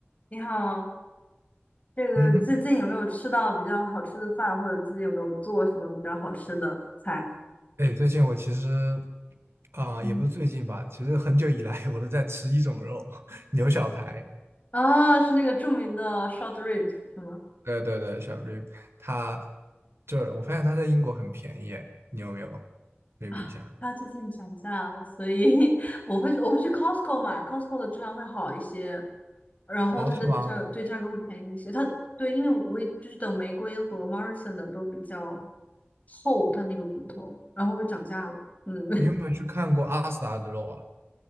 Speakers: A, on the left; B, on the right.
A: 你好，这个最近有没有吃到比较好吃的饭，
B: 嗯哼，
A: 或者自己有没有做什么比较好吃的菜？
B: 哎，最近我其实啊、
A: 嗯，
B: 也不是最近吧，其实很久以来我都在吃一种肉，<laughs> 牛小排。
A: 啊，是那个著名的 short ribs 是吗？
B: 对对对，小绿，它就是我发现它在英国很便宜，哎，你有没有对比一下？
A: 啊，它最近涨价了，所以 <laughs> 我会去我会去 Costco 买，Costco 的质量会好一些，然后它的价对价格会便宜一些。
B: 哦，是吗？
A: 它对，因为我也就是等玫瑰和 Morrison 的都比较厚，它那个骨头，然后会涨价了。嗯，<laughs>
B: 你有没有去看过阿斯达的肉啊？